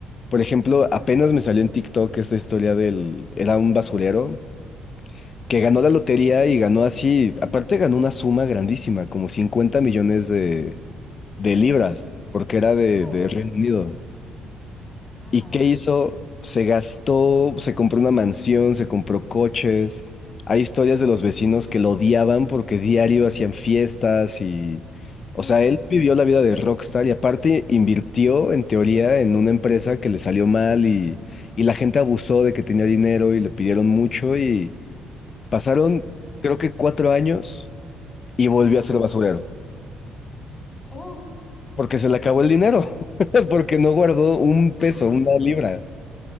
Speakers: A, on the left (about 40°); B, on the left (about 20°).
A: por ejemplo, apenas me salió en TikTok esta historia del, era un basurero
B: Ah, Ok.
A: que ganó la lotería y ganó así, aparte ganó una suma grandísima, como 50 millones de de
B: Oh,
A: libras, porque era de,
B: oh,
A: de Reino Unido.
B: wow.
A: ¿Y qué hizo? Se gastó, se compró una mansión, se compró coches. Hay historias de los vecinos que lo odiaban porque diario hacían fiestas y...
B: Oh,
A: O sea, él vivió la vida de rockstar y aparte invirtió en teoría en una empresa que le salió mal y, y la gente abusó de que tenía dinero y le pidieron mucho y pasaron
B: ah,
A: creo que cuatro años y
B: ajá.
A: volvió a ser basurero.
B: Oh,
A: Porque se le acabó el dinero, <laughs> porque no guardó un peso,
B: wow.
A: una libra.